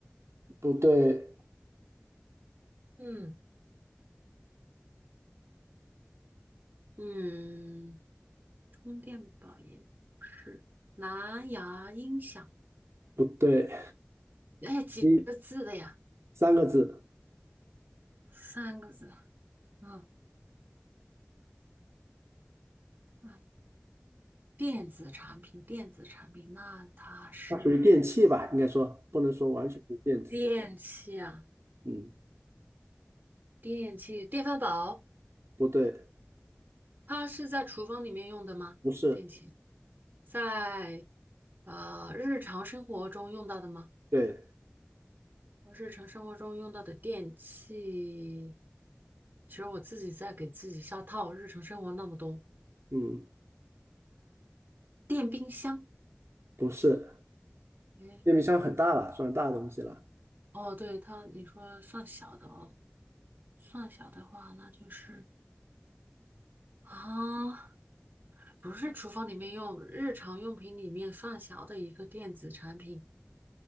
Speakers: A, on the right (about 75°); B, on the right (about 45°).
A: 不对，
B: 嗯，嗯，充电宝也是，蓝牙音响，
A: 不对，
B: 哎，几个字的呀？
A: 一三个字，
B: 三个字。嗯啊，电子产品，电子产品，那它是
A: 它属于电器吧，应该说不能说完全不电子，
B: 电器啊，
A: 嗯，
B: 电器，电饭煲，
A: 不对，
B: 它是在厨房里面用的吗？
A: 不是，
B: 电器在呃日常生活中用到的吗？
A: 对，
B: 日常生活中用到的电器，其实我自己在给自己下套，日常生活那么多。
A: 嗯，
B: 电冰箱，
A: 不是，
B: 诶，
A: 电冰箱很大了，算大的东西了，
B: 哦，对，它，你说算小的哦，算小的话，那就是啊，不是厨房里面用，日常用品里面算小的一个电子产品